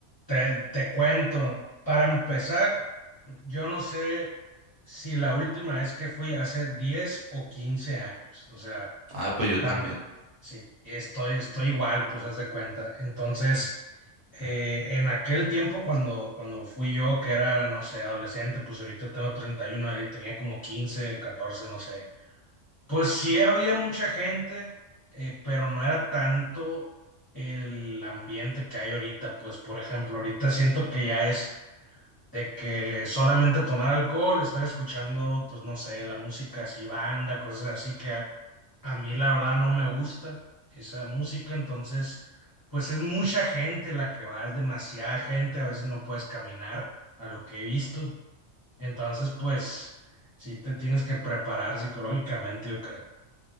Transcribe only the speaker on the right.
Ah, pues yo
también.